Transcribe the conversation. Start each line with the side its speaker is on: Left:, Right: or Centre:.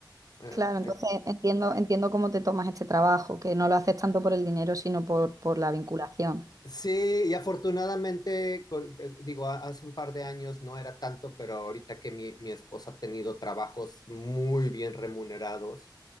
Left: eh,
Right: Claro, entonces
Left: eh,
Right: entiendo, entiendo cómo te tomas este trabajo, que no lo haces tanto por el dinero, sino por, por la vinculación.
Left: Sí, y afortunadamente, col- eh, digo, a- hace un par de años no era tanto, pero ahorita que mi, mi esposa ha tenido trabajos muy bien remunerados,